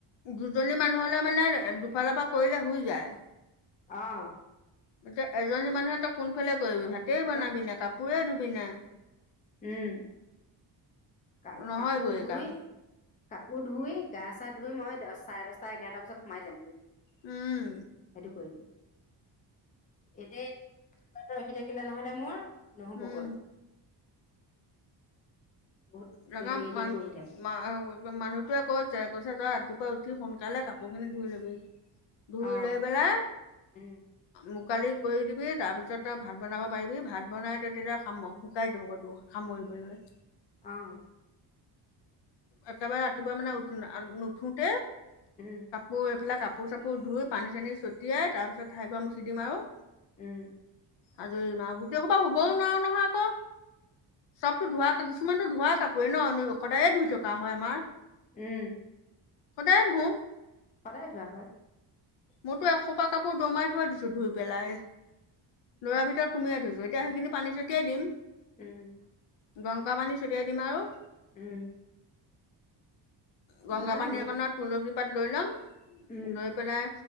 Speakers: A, on the left (about 75°); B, on the left (about 20°).
A: দুজনী মানুহ হলেমানে দুফালৰ পৰা কৰিলে হৈ যায়
B: অ
A: এতিয়া এজনী মানুহে তই কোনফালে কৰিবি ভাতেই
B: কি
A: বনাবিনে
B: কয়
A: কাপোৰেই ধুবি না
B: উম কা
A: নহয়গৈ
B: কাপোৰ ধুই
A: কাম
B: কাপোৰ ধুই গা-চা ধুই মই দহ চাৰে দহটা এঘাৰটা বজাত সোমাই যামহি
A: উম
B: সেইটো কৰিম এনেই ৰখি থাকিলে নহলে মোৰ নহবগৈ
A: উম
B: বহুত
A: ৰগাম
B: দেৰি
A: মান
B: দেৰিকৈ উঠে
A: মা মানুহটোৱে কৈছে কৈছে তই ৰাতিপুৱা উঠি সোনকালে কাপোৰখিনি ধুই লবি ধুই
B: অ
A: লৈ পেলাই
B: উম
A: মুকালি কৰি দিবি তাৰ পিছত তই ভাত বনাব পাৰিবি ভাত বনাই তেতিয়া খামবাও শুকাই দিবতো সামৰিবলৈ
B: অ
A: একেবাৰে ৰাতিপুৱা মানে উঠ নুঠোতে
B: উম
A: মোৰ এফালে কাপোৰ চাপোৰ ধুই পানী চানী ছটিয়াই তাৰপিছত ঠাইকোৱা মুচি দিম আও
B: উম
A: আজৰিম আৱ গোটেইখোপা শুবও নোৱাৰ নহয় আকৌ। চবতো ধোৱা কিছুমানতো ধোৱাই কাপোৰ ন সদায়ে ধুই থকা হয় আমাৰ।
B: উম
A: সদায়ে ধু
B: সদায় ধোৱা হয়।
A: মোৰতো এসোপা কাপোৰ দমাই থৈ দিছো ধুই পেলাই। ল'ৰা
B: উম
A: ভিতৰত সুমিয়াই থৈছো, এতিয়া সেইখিনি পানী চটিয়াই দিম।
B: উম
A: গংকা পানী ছটিয়াই দিম আৰু
B: উম
A: গংগা
B: নাই
A: পানী
B: মোৰ
A: অকণত তুলসী পাত লৈ ল'ম,
B: উম
A: লৈ পেলাই